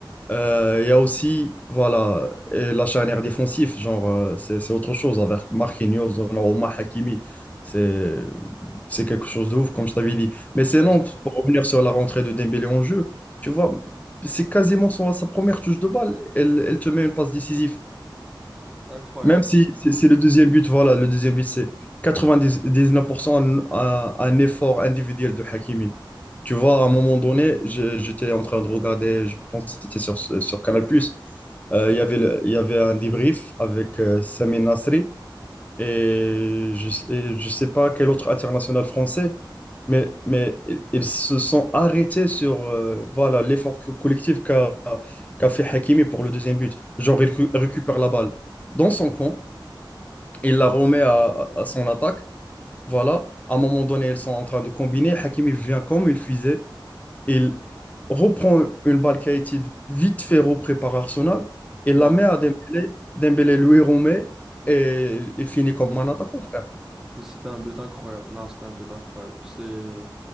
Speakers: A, on the left; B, in the centre.
A: Euh, Il y a aussi, voilà, et la charnière défensive, genre, euh, c'est c'est autre chose avec Marquinhos, Donnarumma, Hakimi. C'est c'est quelque chose de ouf, comme je t'avais dit. Mais c'est
B: Exact.
A: non, pour revenir sur la rentrée de Dembélé en jeu, tu vois, c'est quasiment son- sa première touche de balle. Elle, elle te met une passe décisive.
B: C'était incroyable.
A: Même si
B: ça.
A: c'est c'est le deuxième but, voilà, le deuxième but, c'est 99% un, un- un effort individuel de Hakimi. Tu vois, à un moment donné, je- j'étais en train de regarder, je pense que c'était sur, sur Canal+, euh, il y avait, le- il y avait un débrief avec euh, Sami Nasri et je ne je sais pas quel autre international français, mais, mais ils ils se sont arrêtés sur euh, voilà, l'effort co- collectif qu'a qu'a fait Hakimi pour le deuxième but. Genre, il récu- récupère la balle dans son camp, il la remet à, à son attaque. Voilà, à un moment donné, ils sont en train de combiner. Hakimi vient comme une fusée. Il reprend une balle qui a été vite fait reprise par Arsenal et la
B: Ouais.
A: met à Dembélé. Dembélé lui remet et il finit comme
B: Mm.
A: un attaquant, frère.
B: C'était un but incroyable. Non, c'était un but incroyable. C'est euh,